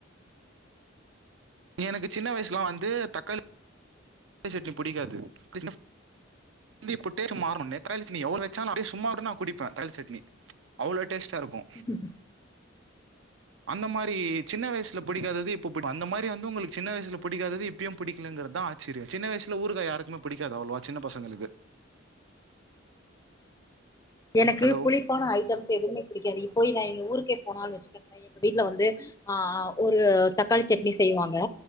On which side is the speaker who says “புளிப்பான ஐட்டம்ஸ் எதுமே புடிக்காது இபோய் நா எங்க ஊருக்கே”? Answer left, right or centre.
Left